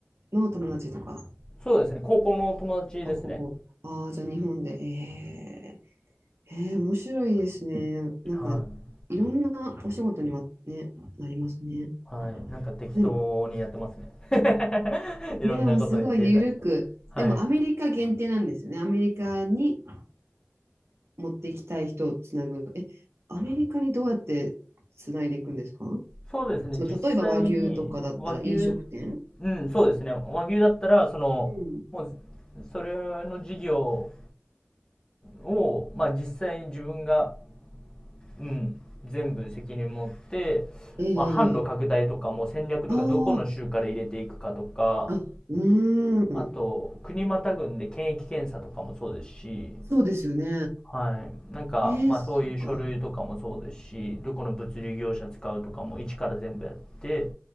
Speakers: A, on the right (about 85°); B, on the left (about 20°).
A: の友達とか、
B: そうですね、高校の友達ですね。
A: あ、高校。ああ、じゃあ日本で。えええー、面白いですね。なんか、
B: はい。
A: いろんなお仕事にはね、なりますね。
B: はい。なんか適当にやってますね。
A: でも、
B: <laughs> いろんなことに手出して。
A: でもすごい緩く、
B: はい。
A: でもアメリカ限定なんですよね。アメリカに持っていきたい人をつなぐ。え、アメリカにどうやってつないでいくんですか
B: そうですね、
A: そう、
B: 実際に和牛、
A: 例えば和牛とかだったら飲食店
B: うん、そうですね、和牛だったら、その、
A: うん。
B: もう、それの事業を、まあ実際に自分が、うん、全部責任持って、
A: ええ
B: まあ販路拡大とかも戦略とかどこの州から入れていくかとか、
A: ああー、あ、うーん。
B: あと、国またぐんで検疫検査とかもそうですし、
A: そうですよね。
B: はい。なんか、
A: えー、
B: まあそういう書類とかもそうですし、
A: そうか。
B: どこの物流業者使うとかも一から全部やって、